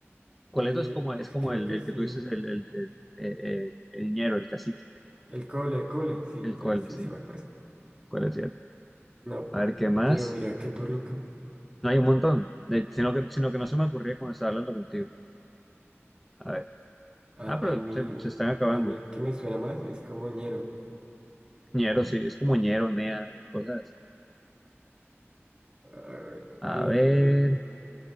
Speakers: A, in the centre; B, on the right.
A: Coleto
B: eh,
A: es como, es como
B: creo
A: el,
B: que
A: el
B: sí.
A: que tú dices, el, el, el, eh, eh, el ñero, el cacique.
B: El cole, el cole, sí,
A: El
B: ya
A: col,
B: sí
A: sí.
B: se me acuerda.
A: Coleto,
B: No,
A: A ver, ¿qué más?
B: pero mira que por lo que
A: No hay un montón. De- sino que, sino que no se me ocurría cuando estaba hablando contigo. A ver.
B: a,
A: Ah, pero
B: a mí,
A: se, se están acabando.
B: a mí el que me suena más es como ñero,
A: Ñero, sí, es como ñero, nea, cosas. así.
B: ah,
A: A
B: eh,
A: ver,